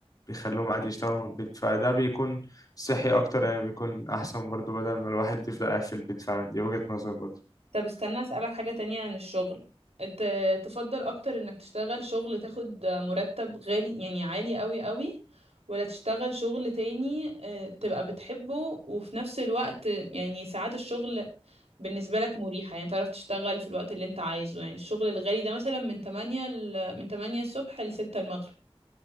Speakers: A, on the left; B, on the right.
A: بيخلوهم عادي يشتغلوا من البيت فده بيكون صحي اكتر يعني بيكون احسن برضو بدل ما الواحد يفضل قاعد في البيت فعلا دي وجهة نظر برضو
B: طب استنى اسالك حاجه تانية عن الشغل ت... تفضل اكتر انك تشتغل شغل تاخد مرتب غالي يعني عالي قوي قوي ولا تشتغل شغل تاني آه، تبقى بتحبه وفي نفس الوقت يعني ساعات الشغل بالنسبة لك مريحة يعني تعرف تشتغل في الوقت اللي انت عايزه يعني الشغل الغالي ده مثلا من 8 ل... من 8 الصبح ل 6 المغرب